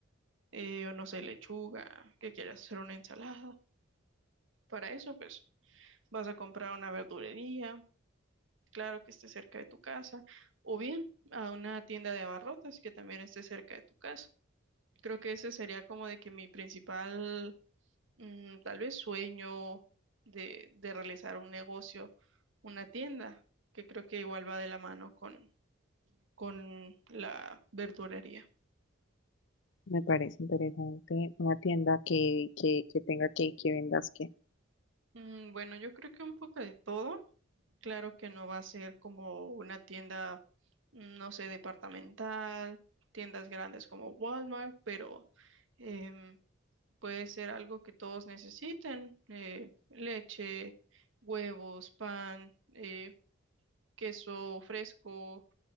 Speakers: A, on the right; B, on the left.
A: eh, o no sé, lechuga, que quieras hacer una ensalada. Para eso, pues vas a comprar una verdulería, claro que esté cerca de tu casa, o bien a una tienda de abarrotes que también esté cerca de tu casa. Creo que ese sería como de que mi principal mm, tal vez sueño de, de realizar un negocio, una tienda, que creo que igual va de la mano con, con la verdurería.
B: Me parece interesante una tienda que, que, que tenga que, que vendas que.
A: Mm, bueno, yo creo que un poco de todo. Claro que no va a ser como una tienda, mm, no sé, departamental, tiendas grandes como Walmart, pero em, puede ser algo que todos necesiten, eh, leche, huevos, pan, eh, queso fresco